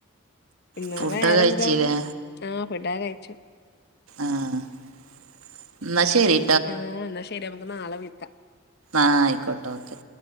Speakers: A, on the left; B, on the right.
A: ഇന്നാ
B: ഫുഡൊക്കെ
A: വേറെന്താ
B: കഴിച്ചില്ലേ
A: ആഹ പിടാ കഴിച്ചു
B: ആഹ്എന്നാ ശരി
A: ആഹ് എന്നാ ശരി നമുക്ക് നാളെ വിളിക്കാം
B: ആ ആയിക്കോട്ടോ ഓക്കെ